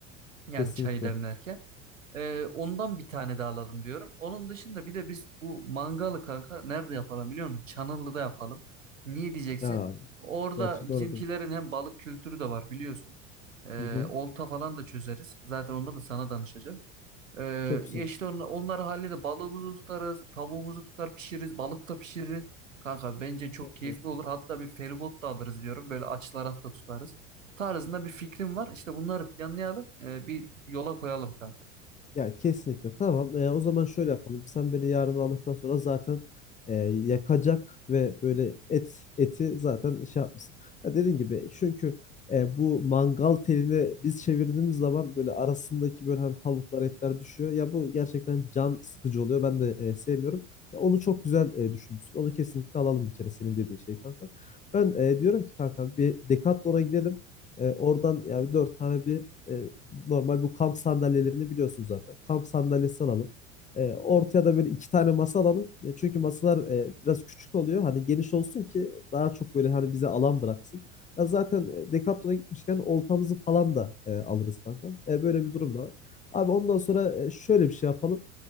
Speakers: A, on the right; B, on the left.
A: Yani
B: Kesinlikle.
A: çayı demlerken. E, ondan bir tane daha alalım diyorum. Onun dışında bir de biz bu mangalı kanka nerede yapalım biliyor musun? Çanıllı'da yapalım. Niye diyeceksin?
B: Ya
A: Orada
B: gerçekten
A: bizimkilerin
B: orada.
A: hem balık kültürü de var biliyorsun. E,
B: Hı hı.
A: olta falan da çözeriz. Zaten ondan da sana danışacağım. Ee,
B: Çok güzel.
A: ya işte onlar, onlar halinde balığımızı tutarız, tavuğumuzu tutar pişiririz, balık da pişiririz. Kanka bence çok
B: Çok
A: keyifli
B: güzel.
A: olur. Hatta bir feribot da alırız diyorum. Böyle açılara da tutarız. Tarzında bir fikrim var. İşte bunları planlayalım, e, bir yola koyalım kanka.
B: Ya kesinlikle tamam. Ee, o zaman şöyle yapalım. Sen beni yarın aldıktan sonra zaten e, yakacak ve böyle et eti zaten şey yapmışsın. Ya dediğin gibi çünkü e, bu mangal telini biz çevirdiğimiz zaman böyle arasındaki böyle hani tavuklar etler düşüyor. Ya bu gerçekten can sıkıcı oluyor. Ben de e, sevmiyorum. Ya onu çok güzel e, düşünmüşsün. Onu kesinlikle alalım bir kere senin dediğin şey kankam. Ben e, diyorum ki kankam bir Decathlon'a gidelim. E, oradan yani dört tane bir e, normal bu kamp sandalyelerini biliyorsun zaten. Kamp sandalyesi alalım. E, ortaya da böyle iki tane masa alalım. Ya çünkü masalar e, biraz küçük oluyor. Hani geniş olsun ki daha çok böyle hani bize alan bıraksın. Ya zaten e, Decathlon'a gitmişken oltamızı falan da e, alırız kanka. E, böyle bir durum da var. Abi ondan sonra e, şöyle bir şey yapalım.